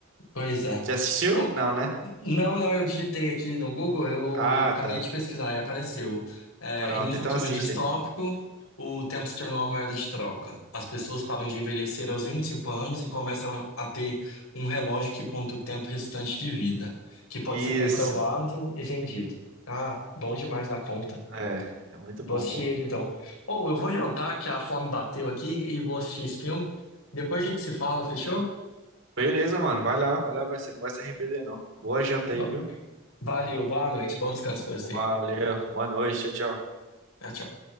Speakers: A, on the left; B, on the right.
A: Pois é.
B: Já assistiu?
A: Ô,
B: Não, né?
A: não, não, eu digitei aqui no Google, eu
B: Ah,
A: acabei
B: tá.
A: de pesquisar e apareceu. É,
B: Pronto,
A: em um futuro
B: então assista
A: distópico,
B: então.
A: o tempo se tornou uma moeda de troca. As pessoas param de envelhecer aos 25 anos e começam a ter um relógio que conta o tempo restante de vida, que pode
B: Isso.
A: ser comprovado e vendido. Ah, bom demais da conta.
B: É, é muito bom,
A: Vou assistir
B: pô.
A: ele então. Ou eu vou jantar, que a fome bateu aqui, e vou assistir esse filme. Depois a gente se fala, fechou?
B: Beleza, mano. Vai lá, vai lá, vai. Você não vai se arrepender, não. Boa janta aí,
A: Bom,
B: viu?
A: Valeu, boa noite, bom descanso pra você.
B: Valeu, boa noite, tchau, tchau.
A: Tchau, tchau.